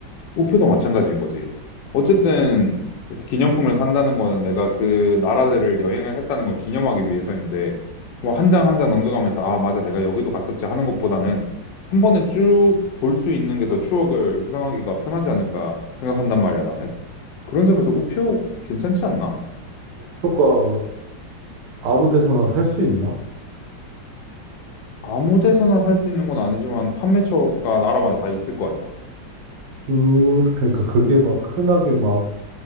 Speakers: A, on the left; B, on the right.
A: 우표도 마찬가지인 거지. 어쨌든 기념품을 산다는 거는 내가 그 나라들을 여행을 했다는 걸 기념하기 위해서인데 뭐 한 장 한 장 넘겨가면서 아 맞아 내가 여기도 갔었지 하는 것보다는 한 번에 쭉 볼 수 있는 게 더 추억을 회상하기가 편하지 않을까 생각한단 말이야 나는. 그런 점에서 우표 괜찮지 않나?
B: 목표가 아무 데서나 살 수 있나?
A: 아무 데서나 살 수 있는 건 아니지만 판매처가 나라마다 다 있을 거 아니야.
B: 그, 그러니까 그게 막 흔하게 막